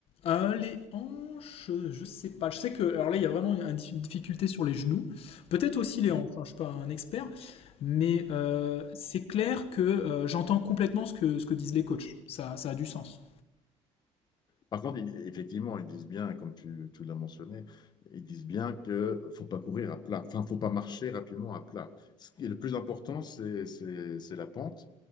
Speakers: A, on the left; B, on the left.
A: Euh, les hanches, je sais pas. Je sais que... Alors là, il y a vraiment une dif- une difficulté sur les genoux. Peut-être aussi les
B: Oui.
A: hanches, hein, je suis pas un expert. Mais euh, c'est clair que euh, j'entends complètement ce que, ce que disent les coachs. Ça, ça a du sens.
B: Par contre, ils- effectivement, ils disent bien, comme tu, tu l'as mentionné, ils disent bien que faut pas courir à plat, enfin, faut pas marcher rapidement à plat. Ce qui est le plus important, c'est c'est- c'est la pente.